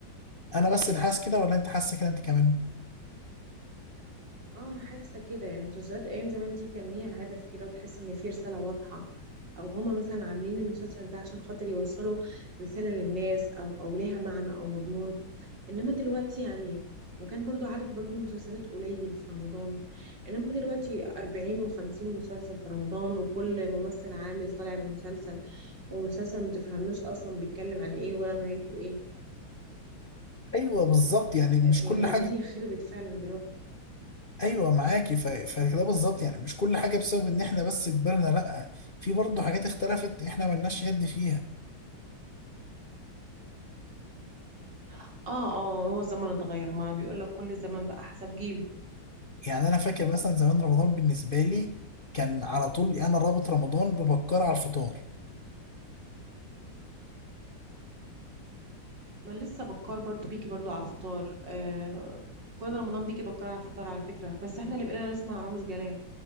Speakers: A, on the left; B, on the right.
A: انا بس اللي حاسس كده ولا انت حاسس كده انت كمان
B: اه انا حاسه كده يعني مسلسلات ايام زمان دي كان ليها هدف كده وتحس ان في رساله واضحه او هما مثلا عاملين المسلسل ده عشان خاطر يوصلوا رساله للناس او او ليها معنى او مضمون انما دلوقتي يعني وكان برضو عدد برضو مسلسلات قليل في رمضان انما دلوقتي 40 و50 مسلسل في رمضان وكل ممثل عامل طالع بمسلسل ومسلسل ما تفهموش اصلا بيتكلم عن ايه ولا نهايته ايه
A: ايوه بالظبط يعني مش
B: فيعني
A: كل حاجه
B: الدنيا خربت فعلا دلوقتي
A: ايوه معاكي ف... فكده بالظبط يعني مش كل حاجه بسبب ان احنا بس كبرنا لا في برضه حاجات اختلفت احنا ملناش يد فيها
B: اه اه هو الزمن اتغير ما بيقول لك كل زمن بقى حسب جيله
A: يعني انا فاكر مثلا زمان رمضان بالنسبه لي كان على طول يعني انا رابط رمضان ببكر على الفطار
B: ما لسه بكار برضو بيجي برضو على الفطار آه كل رمضان بيجي بكار على الفطار على فكرة بس احنا اللي بقينا نسمع رامز جلال